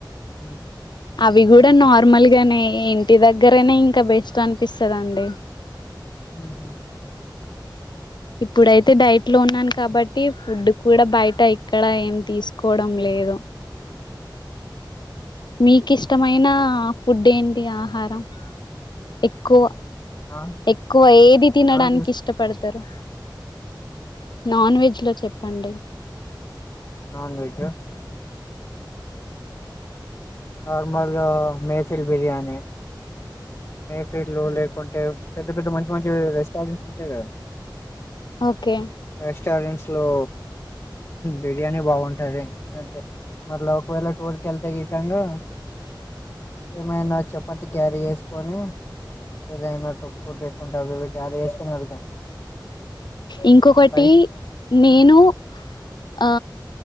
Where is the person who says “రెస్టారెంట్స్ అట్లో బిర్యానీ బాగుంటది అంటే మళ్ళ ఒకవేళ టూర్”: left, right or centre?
Left